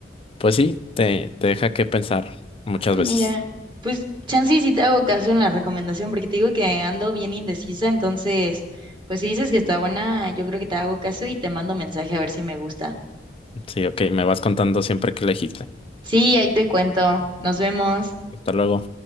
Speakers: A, on the left; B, on the right.
A: pues sí, te, te deja que pensar muchas
B: Ah, mira,
A: veces.
B: pues chance y si te hago caso en la recomendación, porque te digo que ando bien indecisa, entonces, pues si dices que está buena, yo creo que te hago caso y te mando mensaje a ver si me gusta.
A: Sí, ok, me vas contando siempre que elegiste.
B: Sí, ahí te cuento. Nos vemos.
A: Hasta luego.